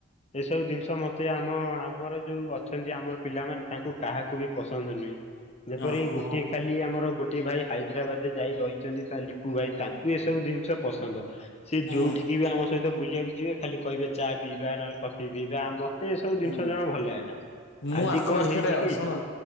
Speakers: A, on the left; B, on the left.
A: ଏସବୁ ଜିନିଷ ମତେ ମତେ ଆମ ଆମର ଯଉ ଅଛନ୍ତି ଆମର ପିଲାମାନେ ତାଙ୍କୁ କାହାକୁ ବି ପସନ୍ଦ ନୁହେଁ। ଯେପରି
B: ଓହୋ
A: ଗୋଟଏ ଖାଲି ଆମର ଗୋଟ ଗୋଟିଏ ଭାଇ ହାଇଦ୍ରାବାଦରେ ଯାଇ ରହିଛନ୍ତି ତା ଲିପୁ ଭାଇ ତାଙ୍କୁ ଏସବୁ ଜିନିଷ ପସନ୍ଦ। ସିଏ
B: ହୁଁ
A: ଯୋଉଠିକି ବି ଆମ ସହିତ ବୁଲିବାକୁ ଯିବେ ଖାଲି କହିବେ ଚା ପିଇବା ନହେଲେ କଫି ପିଇବା ଆମ ସବୁ ଜିନିଷ
B: ହୁଁ।
A: ଜମା ଭଲ ଲାଗେନା।
B: ମୁଁ
A: ଆଜି
B: ଆଖ
A: କଣ
B: ପାଖରେ
A: ହେଇଛି କି
B: ଶୁଣ